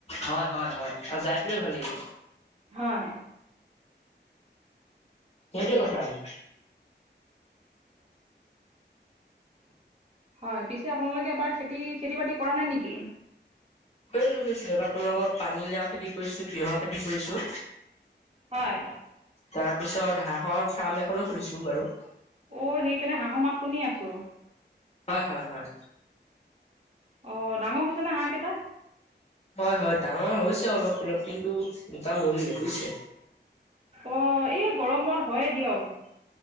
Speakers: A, on the left; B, on the right.
A: হয়, হয়, হয় আৰু যাই পোনেও ভাল লাগিব।
B: হয়।
A: সেইটোৱে কথা আছিল।
B: হয়, পিছে আপোনালোকে এবাৰ খেতি, খেতি- বাতি কৰা নাই নেকি?
A: কৰিছো গৈছো আপোনালোকৰ পানীলাও খেতি। কৰিছো, তিহৰ খেতি কৰিছো।
B: হয়
A: তাৰপিছত হাঁহৰ ফাৰ্ম এখনো খুলিছো বাৰু।
B: অ', সেইকাৰনে হাঁহৰ মাত শুনি আছো।
A: হয় হয় হয়।
B: অ' ডাঙৰ হৈছে নে হাঁহ কেইটা?
A: হয়, হয় ডাঙৰ হৈছে অলপ অলপ কিন্তু দুটা মৰিলে বুজিছে।
B: অ' এই গৰমত হয়ে দিয়ক।